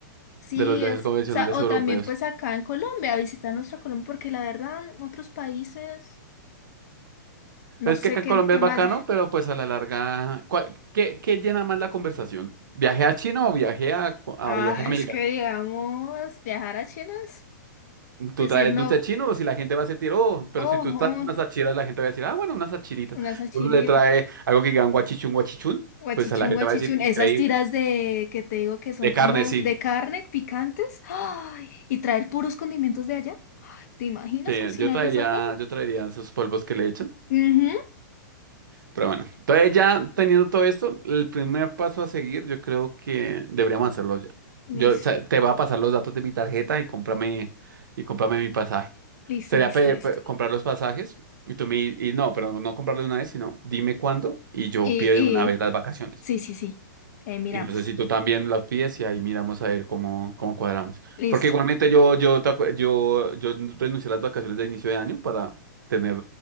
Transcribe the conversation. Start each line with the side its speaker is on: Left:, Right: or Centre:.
Left: Sí,
Right: de los viajes
Left: es.
Right: convencionales
Left: O sea, o
Right: europeos.
Left: también pues acá en Colombia, visitar nuestra Colombia, porque la verdad, otros países, no
Right: Pues
Left: sé
Right: Es que acá
Left: qué
Right: en Colombia
Left: temas
Right: es bacano, pero pues a la larga, ¿cuál- qué, qué llena más la conversación? ¿Viaje a China o viaje a, cu- a
Left: Ah,
Right: viaje a Milgar?
Left: es que digamos, viajar a China es
Right: ¿Tú
Left: decir
Right: traes
Left: no,
Right: dulce chino o si la gente va a sentir, oh,
Left: oh,
Right: pero si tú traes
Left: oh,
Right: unas achiras, la gente va a decir, ah, bueno, unas achiritas.
Left: una sachirita,
Right: Uno le trae algo que digan guachichun, guachichun,
Left: guachichún,
Right: pues a la gente
Left: guachichún,
Right: va a decir, increíble.
Left: esas tiras de que te digo que son
Right: De
Left: como
Right: carne, sí.
Left: de carne, picantes, ay, y traer puros condimentos de allá. ¿Te imaginas
Right: Sí,
Left: cocinar
Right: yo traería,
Left: eso acá?
Right: yo traería esos polvos que le echan.
Left: Mhm.
Right: Pero bueno, entonces ya teniendo todo esto, el primer paso a seguir, yo creo que deberíamos hacerlo ya.
Left: Listo,
Right: Yo, o sea, te voy a pasar los datos de mi tarjeta y cómprame, y cómprame mi pasaje.
Left: listo,
Right: Sería
Left: listo,
Right: pe-
Left: listo.
Right: pe- comprar los pasajes y tú me, y no, pero no comprarlo de una vez, sino dime cuándo y yo
Left: Y,
Right: pido de una vez
Left: y,
Right: las vacaciones.
Left: sí, sí, sí, ahí miramos.
Right: Y no sé si tú también las pides y ahí miramos a ver cómo, cómo cuadramos.
Left: Listo,
Right: Porque igualmente yo, yo, te acu- yo, yo renuncié a las vacaciones de inicio de año para tener